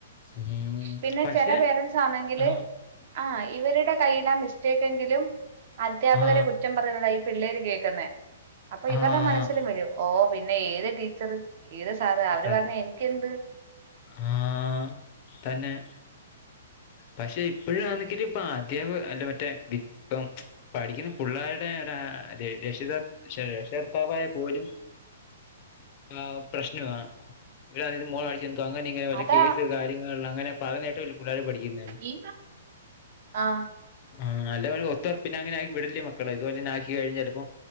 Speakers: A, on the left (about 35°); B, on the right (about 50°).
A: ഉം
B: പിന്നെ
A: പക്ഷെ
B: ചെല പേരൻസ് ആണെങ്കില്
A: ആഹ്
B: ആഹ് ഇവരുടെ കയ്യിലാ മിസ്റ്റേക്ക് എങ്കിലും അദ്ധ്യാപകരെ
A: ആഹ്
B: കു റ്റം പറയുന്നതാ ഈ പിള്ളേര് കേക്കുന്നേ അപ്പൊ ഇവരുടെ
A: ആഹ്
B: മനസ്സിലും വരും ഓഹ് പിന്നെ ഏത് ടീച്ചറ് ഏത് സാറ് അവര്
A: ത
B: പറഞ്ഞ എനിക്കെന്ത്
A: ആഹ് തന്നെ പക്ഷെ ഇപ്പഴും ആണെങ്കില് ഇപ്പ അധ്യാപക് അല്ല മറ്റേ വി ഇപ്പം പഠിക്കുന്ന പുള്ളേരുടെ ടാ ര രക്ഷിത പക്ഷെ പിതാവായ പോലും ആഹ് പ്രശ്നവാ <unintelligible> എന്തോ അങ്ങനെ ഇങ്ങനെ മറ്റെ
B: അതാ
A: കേസ് കാര്യങ്ങൾ അങ്ങനെ പറഞ്ഞി <unintelligible> പുള്ളാര് പഠിക്കുന്നെ
B: ഈ ആ
A: ആഹ് അല്ലപിന്നെ <unintelligible> പിന്നെ അങ്ങനെ ആയി വിടല്ലേ മക്കളെ ഇതുപോലെ ആക്കി കഴിഞ്ഞ ചിലപ്പം